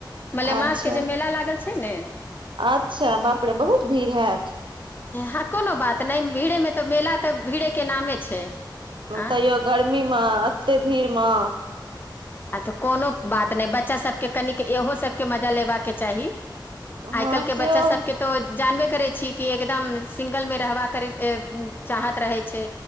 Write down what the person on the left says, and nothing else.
मलेमास
के जे मेला लागल छै ने
हें कोनो बात नहि भीड़ेमे तऽ मेला तऽ भीड़ेके नामे छै आ
अचछा कोनो बात नहि बच्चा सब के कनिक एहो सब के मजा लेबाक के चाही
आइ काल्हि के
बच्चा सबके तो जानबे करै छी कि एकदम सिंगल मे रहबा करै के चाहत रहै छै